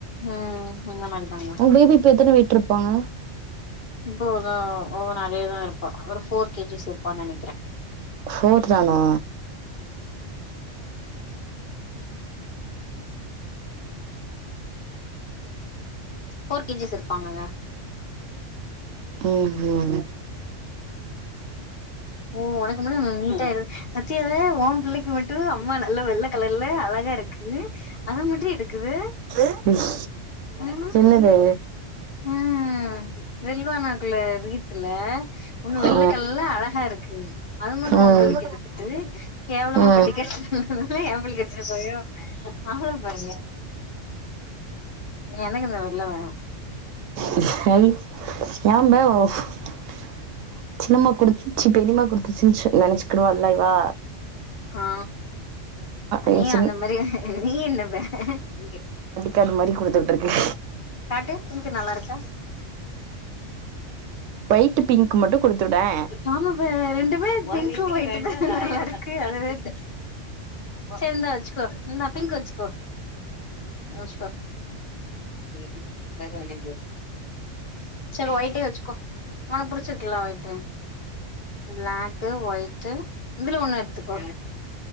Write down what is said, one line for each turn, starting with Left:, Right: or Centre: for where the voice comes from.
Left: ம் இந்த மாரிதாங்க
Right: உங்க பேபி இப்ப எத்தன வெயிட்ருப்பாங்க
Left: இப்போ தா ஒ நறையாதாருப்பா ஒரு ஃபோர் கேஜிஸ் இரு ப்பா நெனக்கிறே
Right: ஃபோர் தானா
Left: ஃபோர் கே ஜி ஸ் இருப்பாங்கங்க
Right: ம் ம்
Left: ஓ ஒனக்கு மட்டு நல்லா நீட்டா பத்தியா ஓன் பிள்ளைக்கு மட்டு அம்மா நல்ல வெள்ள கலர்ல அழகா இருக்கு இது அது மட்டும் எடுக்குது
Right: ம்
Left: உம்
Right: என்னது
Left: உம் வெல்வானாக்குள்ள ரீத்துல ஒன்னு வெள்ளைக்கல்ல
Right: ஆ
Left: அழகா இருக்கு அது மட்டும்
Right: ம்
Left: உன் பிள்ளைக்கு எடுத்துட்டு கேவலமா
Right: ம்
Left: படிக்க எபிள்ள கெடசிதா <unintelligible> அவள பாருங்கள எனக்கு இந்த வெளில வேணும்
Right: <unintelligible> சின்னம்மா குடுத்துச்சி பெரிம்மா குடுத்துச்சின்ச்சி நினைச்சிக்குடுவா இல்லைவா
Left: ஆ
Right: எங்க
Left: நீ
Right: சின்
Left: அந்த மாரி நீ என்ன பே அப்டினு கே
Right: கண்ணு மாரி குடுத்துவுட்ருக்கே
Left: காட்டு உனக்கு நல்லா இருக்கா
Right: ஒயிட் பிங்க் மட்டு குடுத்துவுடே
Left: ஆமாப்ப ரெண்டுமே இ பிங்கும் ஒய்ட்டு தா நல்லாருக்கு அதுவே இது சேரி இந்தா வச்சுக்கோ இந்தா பிங்க் வச்சுக்கோ வச்சுக்கோ எதுவு ஃபேர லவ்லி போடு சேரு ஒயிட்டே வச்சுக்கோ ஒனக் புடிச்சுருக்குல்ல ஒயிட்டு ப்ளாக்கு ஒயிட்டு இதுல ஒண்ணு எடுத்துக்கோ